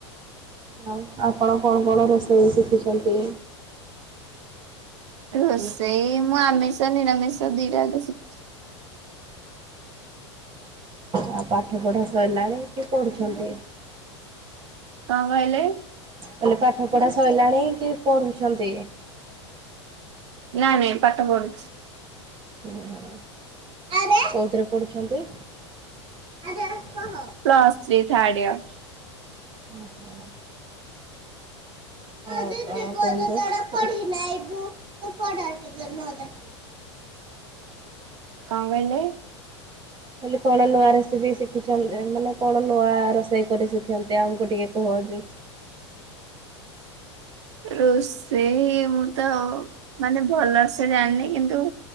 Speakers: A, on the right; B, on the right.
A: ଆଉ ଆପଣ କଣ କଣ ରୋଷେଇ ଶିଖିଛନ୍ତି?
B: ରୋଷେଇ ମୁଁ ଆମିଷ ନିରାମିଷ ଦିଟା ଯାକ ଶିଖି
A: ଆଉ ପାଠ ପଢ଼ା ସରିଲାଣି କି ପଢ଼ୁଛନ୍ତି।
B: କଣ କହିଲେ?
A: କହିଲି ପାଠ ପଢ଼ା ସରିଲାଣି କି ପଢୁଛନ୍ତି?
B: ନାନୀ ପାଠ ପଢୁଛି।
A: ଓ ଆରେ କୋଉଥିରେ ପଢୁଛନ୍ତି? ଆଉ କଣ
B: ପ୍ଲସ୍ ଥ୍ରୀ ଥାର୍ଡ ଇୟର।
A: ଓହୋ ପଢି ନାଇବୁ। ପଢା ଟିକେ ନହେଲେ।
B: କ କହିଲେ?
A: ଖାଲି କଣ ନୂଆ ରେସିପି ଶିଖୁଛନି ମାନେ କଣ ନୂଆ ରୋଷେଇ କରି ଶିଖିନ୍ତି ଆମକୁ ଟିକେ କୁହ ଯେ?
B: ରୋଷେଇ ମୁଁ ତ ମାନେ ଭଲସେ ଜାଣିନି କିନ୍ତୁ